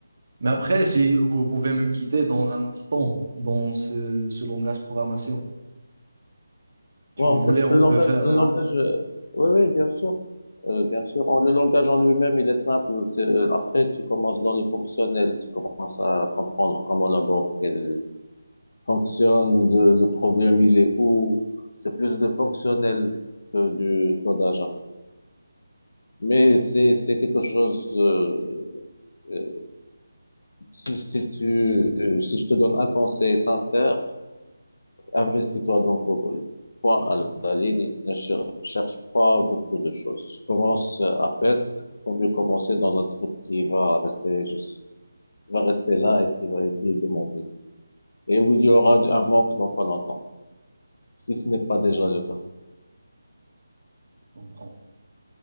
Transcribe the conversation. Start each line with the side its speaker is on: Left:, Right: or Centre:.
Right: Mais après, si vous pouvez me guider dans un autre temps, dans ce, ce langage programmation. Si
Left: Ouais,
Right: vous
Left: en
Right: voulez,
Left: fait,
Right: on
Left: le langage,
Right: peut faire
Left: le
Right: un...
Left: langage, euh, oui, oui, bien sûr, Euh, bien sûr. En- Le langage en lui-même, il est simple. C'est- euh, Après, tu commences dans le fonctionnel, tu commences à comprendre comment la banque elle fonctionne, le, le problème il est où. C'est plus de fonctionnel que du codage après. Mais c'est c'est quelque chose. euh, euh, si si tu euh, si je te donne un conseil sincère, Investis-toi donc au bol. Toi,
Right: Donc,
Left: à
Right: ouais,
Left: la ligne, ne cher- cherche pas beaucoup de choses. Commence à peine. Vaut mieux commencer dans un truc qui va rester, juste- va rester là et qui va, et qui est demandé. Et où il y aura un manque dans pas longtemps. Si ce n'est pas déjà le cas.
Right: on prend.